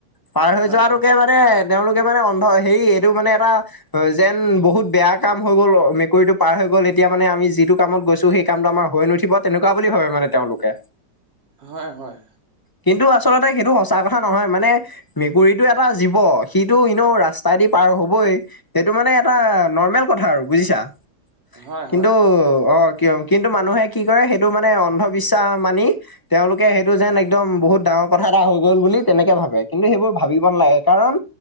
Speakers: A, on the left (about 15°); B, on the right (about 85°).
A: পাৰ হৈ
B: হয়,
A: যোৱাটোকে
B: হয়,
A: মানে মানে তেওঁলোকে মানে অন্ধ হেৰি এইটো মানে এটা অ যেন বহুত বেয়া কাম হৈ গ'ল। মেকুৰীটো পাৰ হৈ গ'ল এতিয়া মানে আমি যিটো কামত গৈছো সেই কামটো আমাৰ হৈ নুঠিব তেনেকুৱা বুলি ভাবে মানে তেওঁলোকে।
B: হয়, হয়।
A: কিন্তু আচলতে সেইটো সঁচা কথা নহয়। মানে মেকুৰীটো এটা জীৱ। সিটো ইনেও ৰাস্তাইদি পাৰ হ'বই। সেইটো মানে এটা নৰ্মেল কথা আৰু বুজিছা।
B: হয়,
A: কিন্তু
B: হয়।
A: অ কিয় কিন্তু মানুহে কি কৰে সেইটো মানে অন্ধবিশ্বাস মানি তেওঁলোকে সেইটো যেন একদম বহুত ডাঙৰ কথা এটা হৈ গ'ল বুলি তেনেকে ভাবে। কিন্তু সেইবোৰ ভাবিব নালাগে কাৰণ